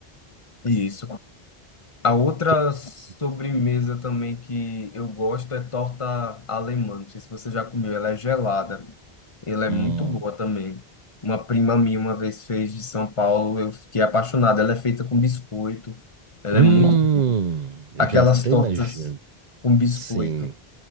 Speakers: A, on the left; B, on the right.
A: isso. A outra
B: Que-
A: sobremesa
B: assim,
A: também que eu gosto é torta alemã. Não sei se você já comeu. Ela é gelada. Ela
B: Hum,
A: é muito boa também. Uma prima minha uma vez fez de São Paulo. Eu fiquei apaixonado. Ela é feita com biscoito. Ela
B: hum,
A: é muito...
B: eu
A: Aquelas
B: já até
A: tortas
B: imagino.
A: com biscoito.
B: Sim,